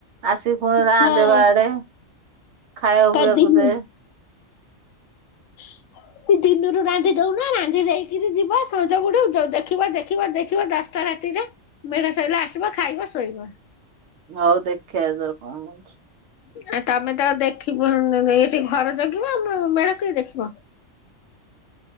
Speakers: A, on the right; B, on the left.
A: ଆସିକି ଫୁଣି ରାନ୍ଧେ
B: ହଁ
A: ବାଢ଼େ ଖାଇବା
B: କାଦିନୁ
A: ପିଇବାକୁ ପିଇବାକୁ ଦେ।
B: <inaudible> କି ଦିନୁରୁ ରାନ୍ଧି ଦୋଉନ ରାନ୍ଧି ଦେଇକିରି ଯିବ ସଞ୍ଜ ବୁଡୁ ଡୋ ଦେଖିବ ଦେଖିବ ଦେଖିବ ଦଶଟା ରାତିରେ ମେଢ଼ା ସଇଲେ ଆସିବ ଖାଇବ ଶୋଇବ।
A: ହଉ ଦେଖିଆ ତାର କଁ ହୋଉଛି।
B: ଆ ତମେ ତ ଦେଖିବ ଉଁ ନ ନ ଏଠି ଘର ଜଗିବ ଆଉ ମୁ ମେଢ କିଏ ଦେଖିବ।
A: <inaudible>